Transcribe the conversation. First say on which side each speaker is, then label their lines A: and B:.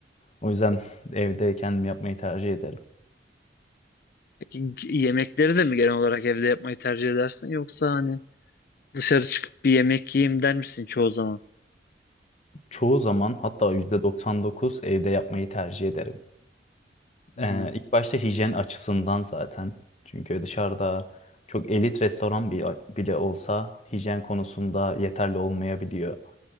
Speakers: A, on the left (about 40°); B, on the left (about 55°).
A: O yüzden evde kendim yapmayı tercih ederim.
B: peki yemekleri de mi genel olarak evde yapmayı tercih edersin yoksa hani Dışarı çıkıp bir yemek yiyeyim der misin çoğu zaman?
A: Çoğu zaman hatta %99 evde yapmayı tercih ederim.
B: hı
A: Ee, ilk başta hijyen açısından zaten. Çünkü dışarıda çok elit restoran bile, bile olsa hijyen konusunda yeterli olmayabiliyor.